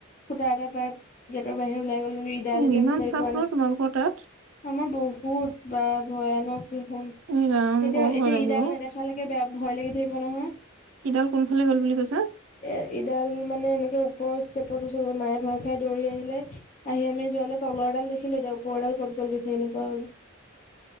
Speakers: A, on the left (about 35°); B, on the right (about 65°).
A: ফুটা এটা পাই গেটৰ বাহিৰে ওলাই গ'ল কিন্তু, ইডাল
B: উ
A: এতিয়া বিচাৰি
B: ইমান সাপ
A: পোৱা
B: ন'
A: নাই।
B: তোমালোকৰ তাত।
A: আমাৰ বহুত বা ভয়ানক দেখোন।
B: এই ৰাম
A: এতিয়া-এতিয়া
B: বৰ ভয় লাগে
A: ইডাল
B: অ
A: নেদেখা লৈকে বেয়া ভয় লাগি থাকিব নহয়।
B: ইডাল কোনফালে গ'ল বুলি কৈছা।
A: এই ইডাল মানে এনেকে ওপৰৰ ষ্টেপত উঠিলগৈ, মায়ে ভয় খাই দৌৰি আহিলে, আহি আমি যোৱালৈ তলৰ ডাল দেখিলো এতিয়া উপৰডাল ক'ত গ'ল বিচাৰি নোপোৱা হ'লোঁ।